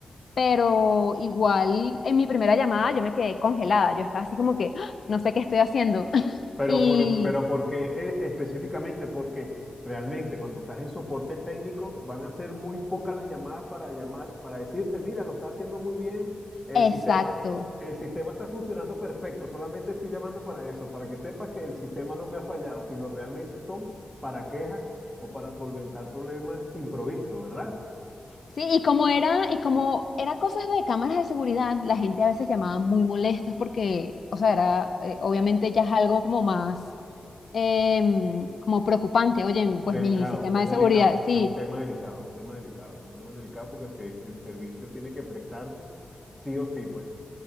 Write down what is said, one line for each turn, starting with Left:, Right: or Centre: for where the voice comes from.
Left: pero igual en mi primera llamada yo me quedé congelada, yo estaba así como que, "Ah, no sé qué estoy haciendo. <laughs>
Centre: Pero,
Left: Y
Centre: por, pero porque eh, específicamente, porque realmente cuando estás en soporte técnico van a ser muy pocas las llamadas para llamar, para decirte, mira, lo está haciendo muy bien, el
Left: exacto.
Centre: sistema, el sistema está funcionando perfecto, solamente estoy llamando para eso, para que sepas que el sistema no me ha fallado, sino realmente son para quejas o para solventar problemas improvistos, ¿verdad?
Left: Sí, y como era, y como era cosas de cámaras de seguridad, la gente a veces llamaba muy molestas porque, o sea, era, eh, obviamente ya es algo como más, em, como preocupante. Oye,
Centre: Delicado,
Left: pues mi sistema
Centre: es
Left: de
Centre: delicado,
Left: seguridad, sí,
Centre: es un tema delicado, es un tema delicado, es un tema delicado porque se- el servicio tiene que prestarse sí o sí, pues.